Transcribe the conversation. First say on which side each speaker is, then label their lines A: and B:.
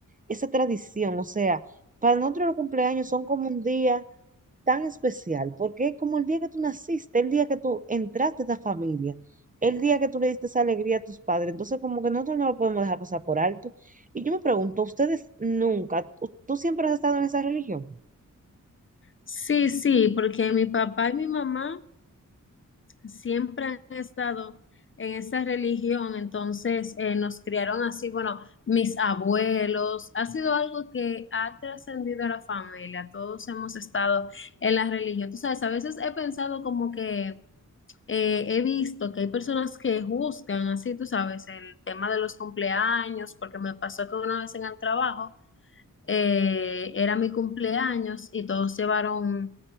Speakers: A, on the right; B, on the left.
A: esa tradición, o sea, para nosotros los cumpleaños son como un día tan especial, porque es como el día que tú naciste, el día que tú entraste a esta familia, el día que tú le diste esa alegría a tus padres. Entonces, como que nosotros no lo podemos dejar pasar por alto. Y yo me pregunto, ¿ustedes nunca, tú tú siempre has estado en esa religión?
B: Sí, sí, porque mi papá y mi mamá siempre han estado en esa religión, entonces eh, nos criaron así, bueno, mis abuelos, ha sido algo que ha trascendido a la familia, todos hemos estado en la religión. Tú sabes, a veces he pensado como que eh, he visto que hay personas que juzgan así, tú sabes, el tema de los cumpleaños, porque me pasó que una vez en el trabajo eh, era mi cumpleaños y todos llevaron,